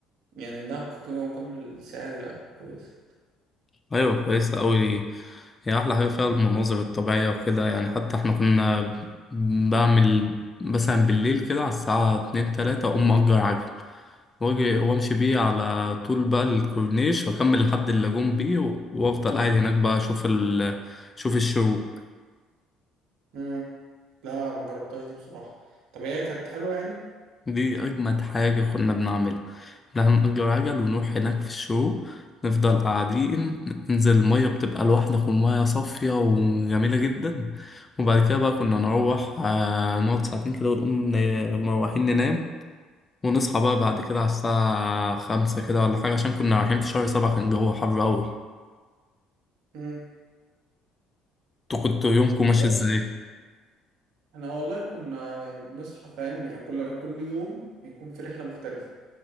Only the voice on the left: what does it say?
أيوة كويسة أوي هي أحلى حاجة فيها المناظر الطبيعية وكده يعني حتى إحنا كنا بعمل مثلا بالليل كده على الساعة اتنين تلاتة أقوم مأجر عجل واجي وامشي بيه على طول بقى الكورنيش واكمل لحد اللاجون بيه و- وافضل قاعد هناك بقى اشوف ال اشوف الشروق
دي اجمد حاجة كنا بنعملها إن إحنا هنأجر عجل ونروح هناك في الشروق نفضل قاعدين ننزل المية بتبقى لوحدك والمية صافية وجميلة جدا وبعد كده بقى كنا نروح آه، نقعد ساعتين كده ونقوم ن- مروحين ننام ونصحى بقى بعد كده على الساعة خمسة كده ولا حاجة عشان كنا رايحين في شهر سبعة كان الجو حر أوي
انتوا كنتوا يومكم ماشي
ازاي؟